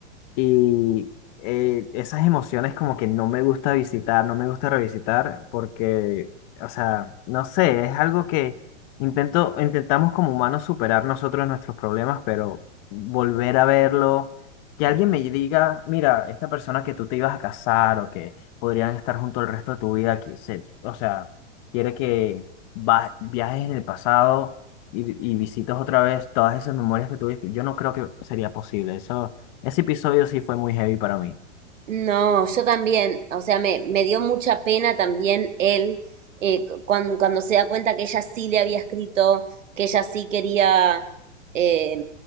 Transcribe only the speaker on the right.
No, yo también, o sea, me, me dio mucha pena también él eh, cu- cuan- cuando, se da cuenta que ella sí le había escrito, que ella sí quería eh,